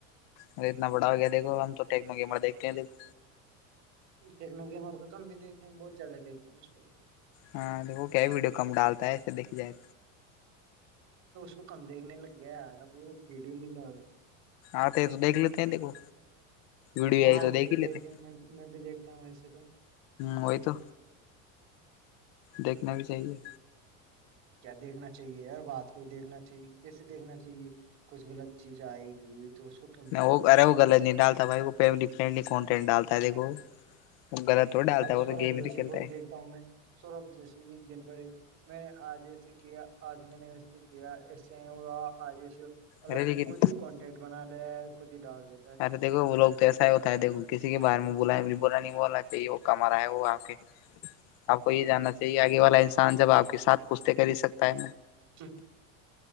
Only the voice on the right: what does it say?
یکنوکمور کو تو ہم بھی دیکھتے ہیں بہت زیادہ دھتے ہیں کو
وہ کم دیکھنے لگ گیا ہے یار وہ بھیڑ بھی نہیں دیا کو
ہاں
آتے
تو
دیکھتے
ہیں میں میں بھی دیکھتا ہوں ویسے تو
کیا دیکھنا چاہیے ہر بات کوئی دیکھنا چاہیے کیسے دیکھنا چاہیے کچھ غلط چیز آئے گی تو اس کو کیوں دیکھیں
گے
ابھی
سورب
جوشی
کو بھی
دیکھتا ہوں میں سورب جوشی بھی جنوری میں نے آج اییے کیا آج میں نے و سے کیا اس سے ہو آج ای مطلب
خود ہی کانٹٹ بنا ل خود ہی ڈال دی
جچھ